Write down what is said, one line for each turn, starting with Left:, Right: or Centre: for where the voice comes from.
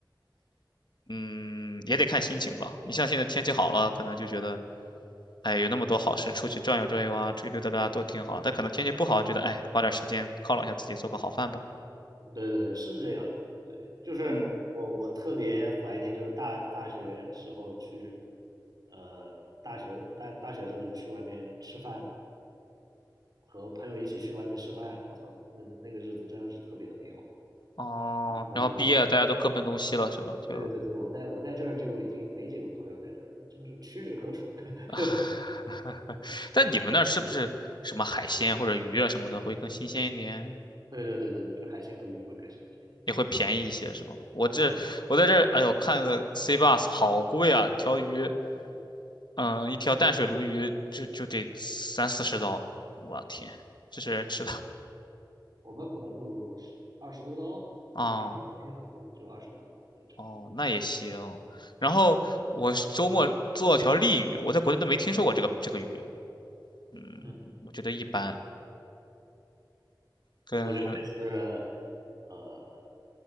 Left: 嗯，也得看心情吧。你像现在天气好了，可能就觉得，哎，有那么多好事，出去转悠转悠啊，出去溜达溜达都挺好。但可能天气不好，觉得哎，花点时间犒劳一下自己，做个好饭吧。
Right: 对对对，是这样的，对，就是我我特别怀念，
Left: 嗯。
Right: 就是大大学时候去，呃，大学大大学的时候就去外面吃饭的，和朋友一起去外面吃饭，我操，那那个日子真的是特别的美好。
Left: 哦，
Right: 就要一放学，
Left: 然后毕业大家都各奔东西了，是吧？就，
Right: 对对对对，我在我在这儿就已经没几个朋友在这儿了，就是屈指可数。<laughs>
Left: <laughs> 但你们那儿是不是什么海鲜或者鱼啊什么的会更新鲜一点，
Right: 对对对对对，就海鲜和鱼会更新鲜
Left: 也会便宜一些，是吧？我这我在这儿，
Right: 啊，
Left: 哎呦，看个 C bus 好贵啊，一条鱼，嗯、一条淡水鲈鱼就就得三四十刀，我天，这是人吃的
Right: 我们可能就二十多刀，
Left: 啊
Right: 对，也不是宜很多，就二十多刀，对，
Left: <laughs>、
Right: 差不多。
Left: 哦，那也行。然后我是周末做了条鲤鱼，我在国内都没听说过这个这个鱼，嗯，
Right: 嗯。
Left: 我觉得一般。跟
Right: 我觉得还是，呃，